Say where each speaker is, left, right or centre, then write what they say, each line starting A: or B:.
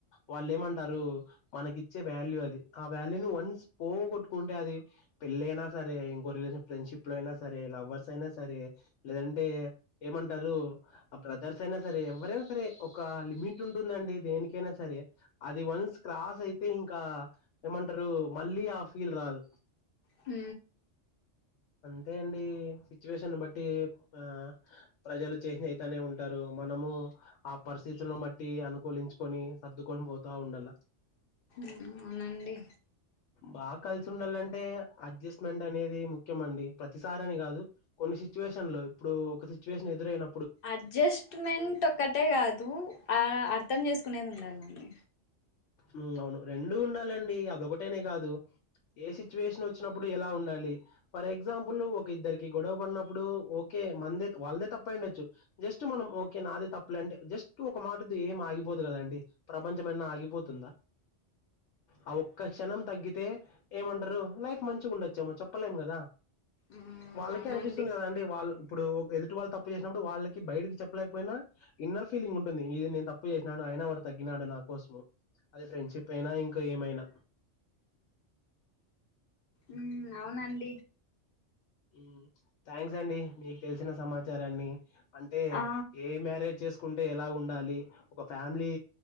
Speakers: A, on the left; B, on the left.
A: వాళ్ళు ఏమంటారు మనకి ఇచ్చే వాల్యూ అది ఆ వ్యాల్యూని వన్స్ పోగొట్టుకుంటే అది పెళ్ళి అయినా సరే ఇంకో రిలేషన్ ఫ్రెండ్షిప్ లో అయినా సరే లవ్వర్స్ అయినా సరే లేదంటే ఏమంటారు ఆ బ్రదర్స్ అయినా సరే ఎవరైనా సరే ఒక లిమిట్ ఉంటుందండి దేనికైనా సరే అది వన్స్ క్రాస్ అయితే ఇంకా ఏమంటారు మళ్ళీ ఆ ఫీల్ రాదు
B: హ
A: అంతే అండి సిచ్యువేషన్ బట్టి ఆ ప్రజలు చేసి అయితనే ఉంట అంటారు మనము పరిస్థితులను బట్టి అనుకూలించుకొని సర్దుకొని పోతా ఉండాల
B: అవునండి
A: బాగా కలిసి ఉండాలంటే అడ్జస్ట్మెంట్ అనేది ముఖ్యమండి ప్రతిసార్ అని కాదు కొన్ని సిచ్యువేషన్ లు ఇప్పుడు ఒక సిచ్యువేషన్ ఎదురైన
B: అడ్జస్ట్మెంట్ ఒక్కటే కాదు ఆ అర్థం చేసుకునేది ఉండాలి అండి
A: ఉ అవును రెండూ ఉండాలండి అదొకటి అంటేనే కాదు ఏ సిచ్యువేషన్ వచ్చినప్పుడు ఎలా ఉండాలి ఫర్ ఎగ్జాంపుల్ ఒక ఇద్దరికి గొడవ పడిప్పుడు ఓకే మే వాళ్ళదే తప్పుండచ్చు జస్ట్ మనం ఓకే నాదే తప్పుంటే జస్ట్ ఒక మాట ఏం ఆగిపోదు కదండి ప్రపం పంచమన్న ఆగిపోతుందా ఆ ఒక్క క్షణం తగ్గితే ఏమంటారు లైఫ్ మంచిగా ఉండొచ్చేమో చెప్పలేం కదా
B: మ్మ్
A: వాళ్ళకే
B: అవునండి
A: అనిపిస్తుంది కదా అండి వాళ్ళు ఇప్పుడు ఎదుటి వాళ్ళు తప్పు చేసినప్పుడు వాళ్ళకి బయటకి చెప్పలేకపోయినా ఇన్నర్ ఫీలింగ్ ఉంటుంది ఇదిే తప్పు చేసినను అయనా వా తగ్గి తిగినడు నా కోసము అదే ఫ్రెండ్షిప్ అయినా ఇంకా ఏమైనా
B: ఉ అవునండి
A: అ థ్యాంక్స్ అండి మీకు తెలిసిన సమాచారాన్ని అంటే
B: ఆ
A: ఏ మ్యారేజ్ చేసుకు కుంటే ఎలా ఉండాలి ఒక ఫ్యామిలీ